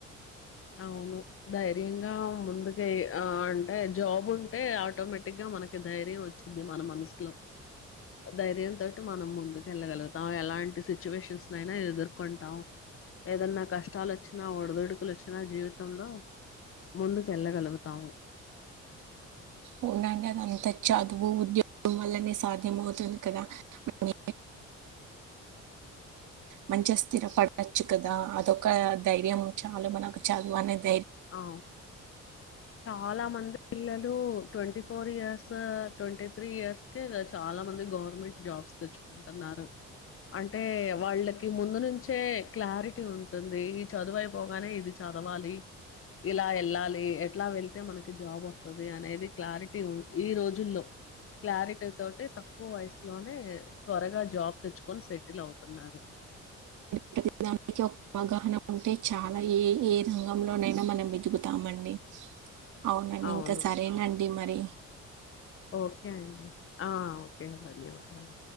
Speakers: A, on the left (about 45°); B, on the right (about 80°).
A: అవును ధైర్యంగా ముందుకు అంటే జాబ్ ఉంటే ఆటోమేటిక్గా మనకి ధైర్యం వచ్చింది మన మనసులో ధైర్యం తోటి మనం ముందుకు వెళ్ళగలుగుతాం ఎలాంటి సిచ్యువేషన్స్ అయినా ఎదుర్కొంటాం ఏదన్నా కష్టాలు వచ్చినా ఒడదుొడుకులు వచ్చినా క్షణ జీవితంలో ముందుకు వెళ్ళగలుగుతాము
B: ఉవునండి అద అంత చదువు ఉద్యోగం వల్లనే సాధ్యం అవుతుంది కదా మన మంచిగా స్థిరపడచ్చు కదా అదొక ధైర్యం చాలు మనకు చదువు అనేది
A: అ చాలా మంది పిల్లలు వాు twenty four years twenty three years క చాలా మంది గవర్నమెంట్ జాబ్స్ తెచ్చుకుంటున్నారు అంటే వాళ్ళకి ముందు నుంచే క్లారిటీ ఉంటుంది ఈ చదువైపోగానే ఇది చదవాలి ఇలా వెళ్ళాలి ఎట్లా వెళ్తే మనకి జాబ్ వస్తుంది అనేది క్లారిటీ ఈ రోజుల్లో క్లారిటీ తోటి తక్కువ వయసు లో వ త్వరగా జాబ్ తెచ్చుకొని స వలు అవుతున్నారు
B: ప్రతిదానికి ఒక అవగాహన ఉంటే చాలా ఏ ఏ రంగంలోనైనా మనం వెతుకుతామండి అవునండి
A: అవును
B: ఇంకా సరేనండి ది మారీ
A: ఓకే అండి ఆ ఓకే ధన్యవాదాలు